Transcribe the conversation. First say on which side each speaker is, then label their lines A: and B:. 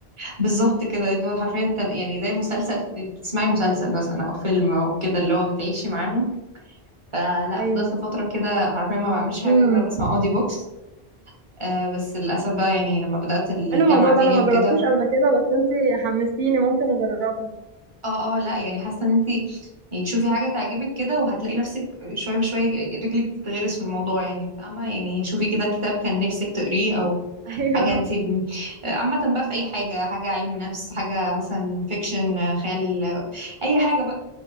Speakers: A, on the right; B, on the right.
A: بالظبط كده اللي هو حرفيا انت يعني زي مسلسل بتسمعي مسلسل مثلا او فيلم او كده اللي هو بتعيشي معاهم فلا
B: أيوه
A: فضلت فترة كده حرفيا ما بعملش حاجة
B: امم
A: غير إن انا بسمع اوديو بوكس آه بس للأسف بقى يعني لما بدأت الجامعة
B: حلو الموضوع ده
A: تاني
B: أنا ما
A: وكده
B: جربتوش قبل كده بس أنت حمستيني ممكن أجربه
A: اه اه لا يعني حاسة ان انتي يعني تشوفي حاجة تعجبك كده وهتلاقي نفسك شوية بشوية رجلك بتتغرس في الموضوع يعني فاهمة يعني شوفي كده كتاب كان نفسك تقريه او
B: <laughs> أيوه
A: حاجة انتي ب- عامة بقى في اي حاجة حاجة علم نفس حاجة مثلا فيكشن خيال اي حاجة بقى